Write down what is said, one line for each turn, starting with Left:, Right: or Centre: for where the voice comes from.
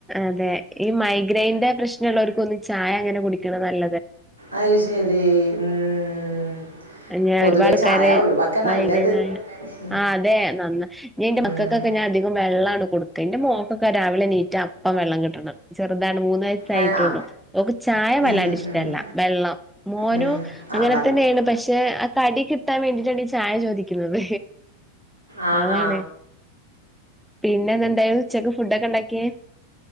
Centre: അതെ ഈ മൈഗ്രൈന്റെ പ്രശ്നമുള്ളവർക്ക്ഒന്നും ഈ ചായ അങ്ങനെ കുടിക്കണ നല്ലതല്ല
Right: അയ്ശേരി ഉം ഉം
Centre: ഞാ
Right: പൊതുവെ
Centre: ഒരുപാട്
Right: ചായ
Centre: കര
Right: ഒഴിവാക്കാ
Centre: മൈഗ്രയ്നായ
Right: നല്ലത് ഉം.
Centre: ആ അതെ ഞാൻ ഇന്റെ
Right: ഉം.
Centre: മക്കൾക്കൊക്കെ ഞാൻ വെള്ളാണ് കൊടുക്ക എന്റെ മോക്കൊക്കെ രാവിലെ നീറ്റ അപ പ്പോ വെള്ളം കിട്ടണം ചെറുതാണ് മൂന്ന് വയസായിട്ടോളും
Right: അത് ആ
Centre: ഓൾക് ചായ
Right: ഉം
Centre: വല്ലാണ്ട്
Right: ഉം
Centre: ഇഷ്ടല്ല
Right: ഉം ഉം.
Centre: വെള്ളം മോനും
Right: ഉം. ആ
Centre: അങ്ങനെ
Right: വെള്ളം
Centre: തന്നെയാണ് പക്ഷെ ആ കടി കിട്ടി ട്ടൻ വേണ്ടിട്ടാണ് ഈ ചായ ചോദിക്കുന്നത്
Right: ആ
Centre: അതാണ്
Right: ആ
Centre: പിന്നെ എന്തെനു ഉച്ചക്ക് ഫുഡ്ക്കെ ഉണ്ടാക്കിയേ